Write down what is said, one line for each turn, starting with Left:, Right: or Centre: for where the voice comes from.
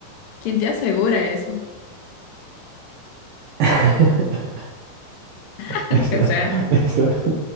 Left: ¿Quién te asegura eso?
Right: <laughs>
Left: <laughs>
Right: Está-
Left: O sea,
Right: está.